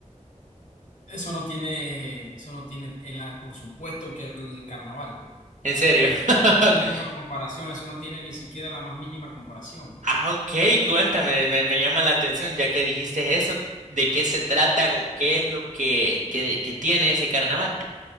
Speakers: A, on the left; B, on the right.
A: Eso no tiene, eso no tiene, en la- por supuesto que el carnaval.
B: ¿En serio? <laughs>
A: No hay punto de comparación, eso no tiene ni siquiera la más mínima comparación.
B: Ah, ok, cuéntame, me, me llama la atención ya que dijiste eso, ¿de qué se trata o qué es lo que, que que tiene ese carnaval?